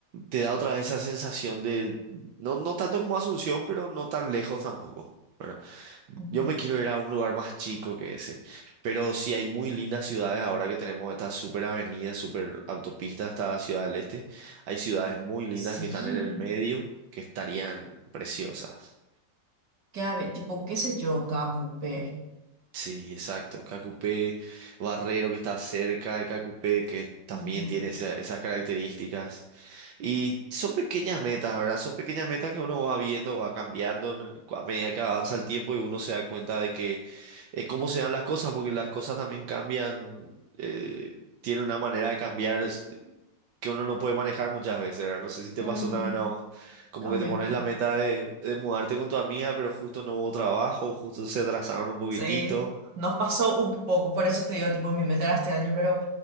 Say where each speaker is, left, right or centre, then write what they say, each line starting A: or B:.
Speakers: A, on the right; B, on the right.
A: te da otra vez esa sensación de, no, no tanto como Asunción, pero no tan lejos tampoco. ¿verdad?
B: ujú.
A: Yo me quiero ir a un lugar más chico que ese, pero sí hay muy lindas ciudades ahora que tenemos estas super avenidas, super autopistas hasta Ciudad del Este. Hay ciudades muy lindas
B: Sí,
A: que están en el medio, que estarían preciosas.
B: que a ver, tipo, qué sé yo, cada cupé.
A: Sí, exacto. Cacupé, Barrero que está cerca de Cacupé, que también
B: Ujú,
A: tiene esa- esas características. Y son pequeñas metas, ¿verdad? Son pequeñas metas que uno va viendo, va cambiando en el- a medida que avanza el tiempo y uno se da cuenta de que eh, cómo se dan las cosas, porque las cosas también cambian, eh, tiene una manera de cambiar es- que uno no puede manejar muchas veces, ¿verdad? No sé si te pasó
B: ujú,
A: también a vos, como
B: También.
A: que te pones la meta de, de mudarte con tu amiga, pero justo no hubo trabajo, justo se atrasaron un poquitito.
B: Sí, nos pasó un poco, por eso te digo, tipo, mi meta era este año, pero